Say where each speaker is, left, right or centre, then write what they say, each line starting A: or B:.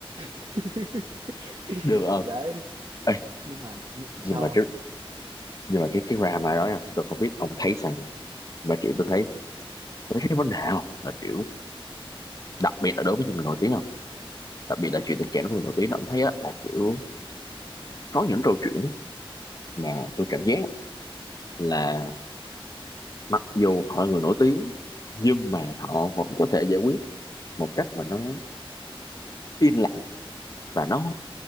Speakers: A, on the right; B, on the left.
A: vậy <laughs>
B: được ông
A: đấy,
B: Ê,
A: nhưng mà nh sao
B: nhưng mà cái
A: không
B: nhưng mà cái cái drama đó nha tôi không biết ông thấy rằng mà kiểu tôi thấy tôi thấy cái vấn đề không là kiểu đặc biệt là đối với những người nổi tiếng không đặc biệt là chuyện tình cảm của người nổi tiếng ông thấy á, là kiểu có những câu chuyện á mà tôi cảm giác là mặc dù họ là người nổi tiếng nhưng mà
A: Ừm,
B: họ vẫn có thể giải quyết một cách mà nó yên lặng và nó